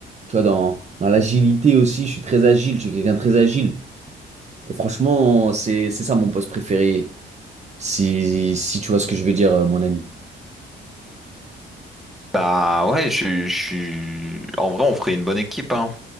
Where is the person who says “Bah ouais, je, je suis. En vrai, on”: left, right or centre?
Centre